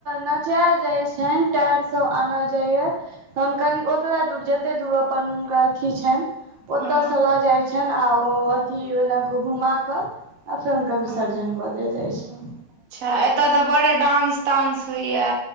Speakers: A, on the right; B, on the right.
A: नचल जाय छनि टेर सभ आनल जाइए तखन कनि ओतबहि दूर जतेक दूर अपन हुनकर अथथि छनि ओतयसँ
B: हँ
A: लऽ जाइत छनि आ ओ अथिी ओना क घुमा कऽ आ फेर हुनका विसर्जन
B: हँ
A: कऽ देल जाइत छै,
B: अच्छा एतय तऽ बड़ डांस तानंस होइया